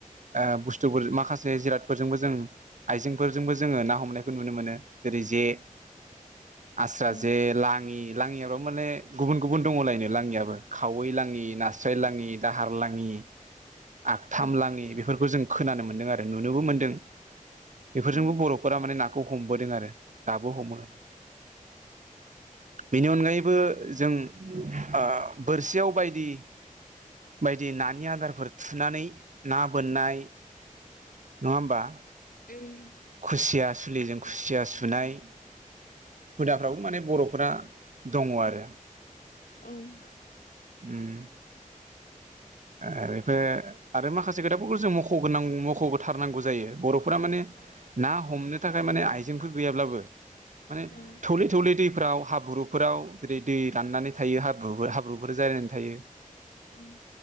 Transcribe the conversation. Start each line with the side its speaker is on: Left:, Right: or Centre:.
Right: ओ बुस्थुफोर माखासे जिरादफोरजोंबो जों आइजेंफोरजोंबो जोङो ना हमनायखौ नुनो मोनो जेरै जे आस
Left: उम
Right: जे लाङि लाङियाल माने गुबुन गुबुन दङलायनो लाङियाबो खावै लाङि नास्राय लाङि दाहार लाङि आगथाम
Left: औ
Right: लाङि बेफोरखौ जों खोनानो मोन्दों आरो नुनोबो मोनदों बेफोरजोंबो
Left: उम उम
Right: बर' फोरा माने नाखौ हमबोदों आरो दाबो हमो। बेनि अनगायैबो जों ओ बोरसियाव बायदि बायदि नानि आदारफोर थुनानै ना बोननाय नङा होमबा।
Left: ओम
Right: खुसिया सुलिजों खुसिया सुनाय हुदाफ्रावबो माने बर'फ्रा दङ आरो।
Left: ओम
Right: ओम ओ बेफो आरो माखासे खोथाफोरखौ जों मख'गोनां मख'थारनांगौ जायो बर'फोरा माने ना हमनो थाखाय माने आइजेंफोर गैयाब्लाबो माने
Left: औ
Right: थौले थौले दैफोराव हाब्रुफोराव जेरै' दै राननानै थायो हाब्रुफोर हाब्रुफोर जानानै थायो।
Left: ओम